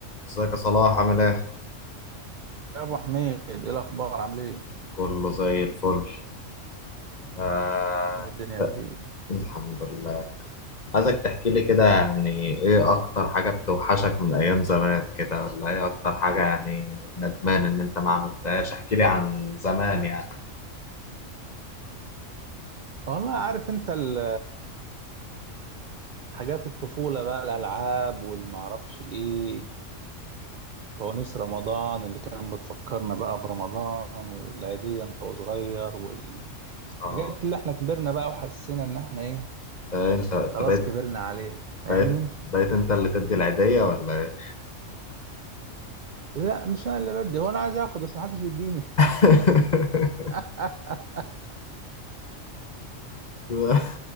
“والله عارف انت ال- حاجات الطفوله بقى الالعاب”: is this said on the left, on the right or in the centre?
Right